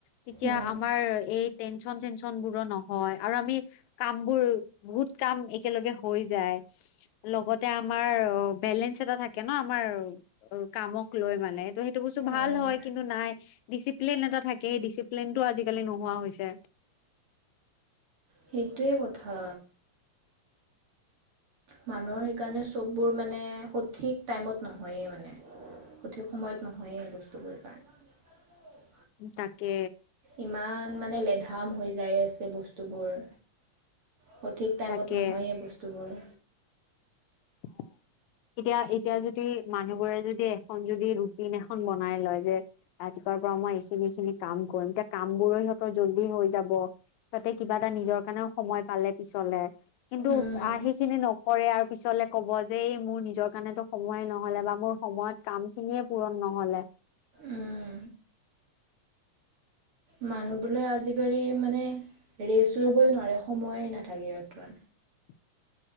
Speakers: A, on the left; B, on the right.
A: তেতিয়া
B: উম,
A: আমাৰ এই টেনচন চেনচন বোৰো নহয় আৰু আমি কাম বোৰ বহুত কাম একেলগে হৈ যায়। লগতে আমাৰ অ' বেলেঞ্চ এটা থাকে। ন' আমাৰ অ' কামক লৈ মানেটো সেইটো বস্তু ভাল
B: অঁ,
A: হয়। কিন্তু নাই ডিচিপ্লিন থাকে সেই ডিচিপ্লিনটো আজিকালি নোহোৱা হৈছে।
B: সেইটোৱে কথা। মানুহৰ সেইকাৰণে চববোৰ মানে সঠিক টাইমত নহয়েই মানে। সঠিক সময়ত নহয়েই এই বস্তুবোৰ কাৰণে।
A: তাকে,
B: ইমান মানে লেধাম হৈ যায় আছে বস্তুবোৰ। সঠিক টাইমত
A: তাকে
B: নহয়েই বস্তুবোৰ।
A: অ', এতিয়া-এতিয়া যদি মানুহবোৰে যদি এখন যদি ৰুটিন এখন বনাই লয় যে আজি, পৰা মই এইখিনি এইখিনি কাম কৰিম এতিয়া কাম বোৰো সিহঁতৰ জল্দি হৈ যাব। তহতে কিবা এটা নিজৰ কাৰণেও সময় পালে পিছলে কিন্তু
B: উম
A: অহ সেইখিনি নকৰে আৰু পিছত। কব যে মোৰ নিজৰ কাৰণেতো সময়ে নহলে বা মোৰ সময়ত কাম খিনিয়ে পূৰণ নহলে।
B: উম মানুহ বোলে আজিকালি মানে ৰেচ লবই নোৱাৰে সময়ে নাথাকে সিহঁত।
A: <unintelligible>